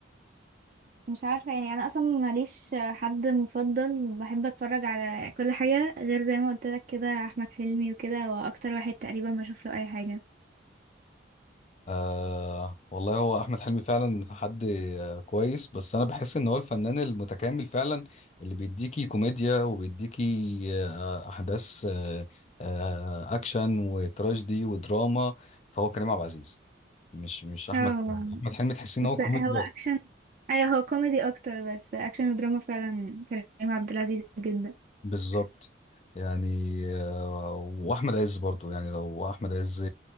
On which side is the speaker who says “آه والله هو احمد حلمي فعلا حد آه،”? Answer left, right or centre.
Left